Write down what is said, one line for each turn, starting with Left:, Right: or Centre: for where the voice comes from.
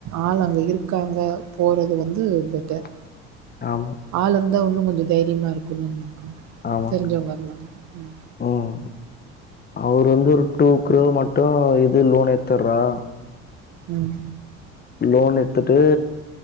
Right: ஆள் அங்க இருக்காங்க போறது வந்து பெட்டர்
Left: <unintelligible> ஆமா
Right: ஆள் இருந்தா இன்னு கொஞ்சோ தைரியமா இருக்கு நமக்கு
Left: ஆமா
Right: தெரிஞ்சவங்கலா இருந்தாங்கனா ம்
Left: ம் அவர் வந்து ஒரு டூ க்ரோர் மட்டு இது லோன் எடுத்தர்றா
Right: ம்
Left: லோன் எடுத்துட்டு